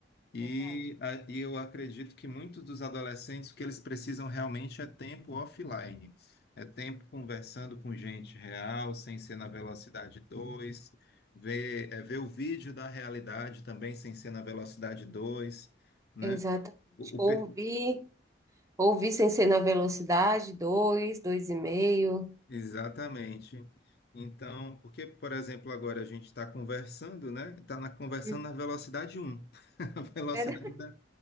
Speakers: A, on the right; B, on the left.
A: é
B: E,
A: verdade.
B: a- e eu acredito que muitos dos adolescentes, o que eles precisam realmente é tempo offline. É tempo conversando com gente real, sem ser na velocidade 2, ver, é, ver o vídeo da realidade também sem ser na velocidade 2, né?
A: Exatamente.
B: O,
A: Ouvir,
B: o pe-
A: ouvir sem ser na velocidade, dois, dois e meio.
B: exatamente. Então, porque, por exemplo, agora a gente está conversando, né? Está na, conversando
A: Uhum.
B: na velocidade um, <laughs> a velocidade
A: É verdade.
B: da,